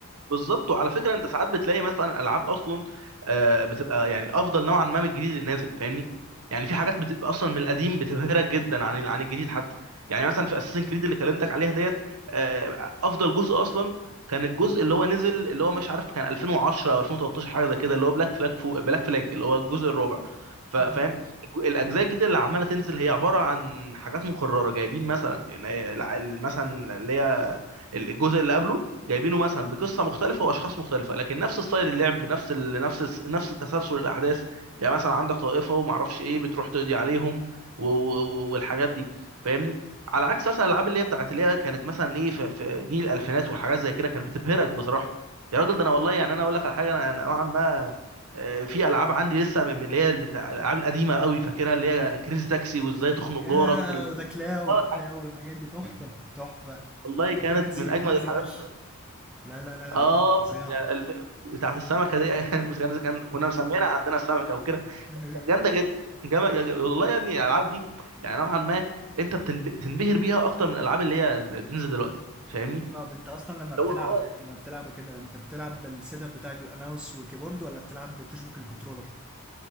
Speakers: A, on the right; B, in the centre.
A: بالظبط وعلى فكره انت ساعات بتلاقي مثلا العاب اصلا آه، بتبقى يعني افضل نوعا ما من الجديد اللي نازل فاهمني يعني في حاجات بتبقى اصلا من القديم بتبهرك جدا عن ال- عن الجديد حتى يعني مثلا في اساسن كريد اللي كلمتك عليها ديت آه، افضل جزء اصلا كان الجزء اللي هو نزل اللي هو مش عارف كان 2010 او 2013 حاجه زي كده اللي هو بلاك فلاج فوق بلاك فلاج اللي هو الجزء الرابع ف- فاهم
B: مم.
A: الج- الاجزاء الجديده اللي عماله تنزل هي عباره عن حاجات مكرره جايبين مثلا يعني الع- مثلا اللي هي الجزء اللي قبله جايبينه مثلا بقصه مختلفه واشخاص مختلفه لكن نفس ستايل اللعب نفس ال... نفس نفس تسلسل الاحداث يعني مثلا عندك طائفه وما اعرفش ايه بتروح تقضي عليهم و... و... والحاجات دي فاهمني على عكس مثلا الالعاب اللي هي بتاعت اللي هي كانت مثلا ايه في, في جيل الالفينات والحاجات زي كده كانت بتبهرك بصراحه يا راجل ده انا والله يعني انا اقول لك على حاجه انا أنا نوعا ما آه، في العاب عندي لسه من من اللي هي بتاع الالعاب القديمه قوي فاكرها اللي هي كريزي تاكسي وازاي تخنق
B: يا
A: جارك ال-
B: وده كلاو
A: اه الحاجات
B: كلاو والحاجات دي تحفه تحفه
A: والله كانت
B: وفرنزي
A: من اجمد
B: فرنزي
A: الحاجات
B: فيش لا لا لا لا
A: اه
B: الألعاب دي فظيعه
A: ف- يعني الف... بتاعت السمكه دي <laughs> مش كان كان- كنا مسمينها عندنا السمكه وكده
B: <laughs>
A: جامده جدا جامد والله يا ابني الالعاب دي يعني نوعا ما انت بتنب... بتنبهر بيها اكتر من الالعاب اللي هي بتنزل دلوقتي فاهمني
B: طب انت اصلا لما بتلعب
A: اللي هو اه يعني
B: لما بتلعب وكده انت بتلعب بالسيت اب بتاعك بيبقى ماوس وكيبورد ولا بتلعب بتشبك الكنترولر